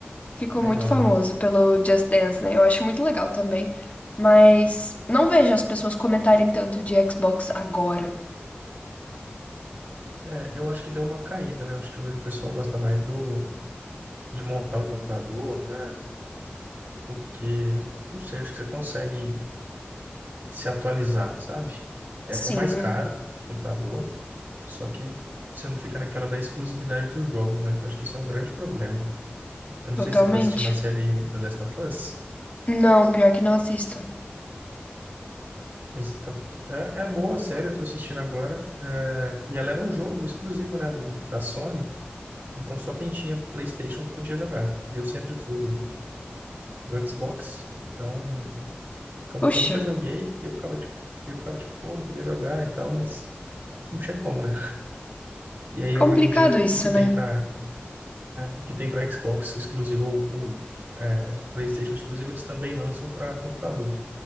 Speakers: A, on the left; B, on the right.
A: Ficou
B: Legal,
A: muito famoso
B: né?
A: pelo Just Dance, né? Eu acho muito legal também. Mas não vejo as pessoas comentarem tanto de Xbox agora.
B: É, eu acho que deu uma caída, né? Eu acho que hoje o pessoal gosta mais do, de montar o computador, né? Porque, não sei, acho que você consegue se atualizar, sabe? É,
A: Sim,
B: é mais caro o computador, só que você não fica naquela da exclusividade dos jogos, né? Que eu acho que isso é um grande problema. Eu não
A: totalmente.
B: sei se você está assistindo a série aí, o The Last of Us.
A: Não, pior que não assisto.
B: Então, é, é boa, sério, eu tô assistindo agora. É, e ela era um jogo exclusivo, né, do, da Sony. Então só quem tinha PlayStation podia jogar. Eu sempre fui do, do Xbox, então acabou
A: Puxa,
B: que eu nunca joguei. E eu ficava tipo, eu ficava, tipo, pô, eu queria jogar e tal, mas não tinha como, né? E aí
A: complicado
B: hoje em dia
A: isso,
B: o que
A: né?
B: tem para o que tem para Xbox exclusivo ou, ou, é, PlayStation exclusivo, eles também lançam para computador.